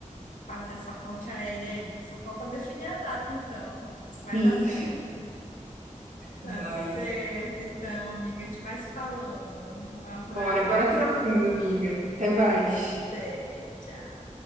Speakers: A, on the left; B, on the right.
A: Fazer essa ponte aérea aí. Só falta definir a data, então. Vai
B: Sim,
A: dar certo. Tá
B: vai.
A: certo, então, amiga. A gente vai se falando. Um abraço.
B: Bora, bora trocando, amiga. Até mais.
A: Até, tchau.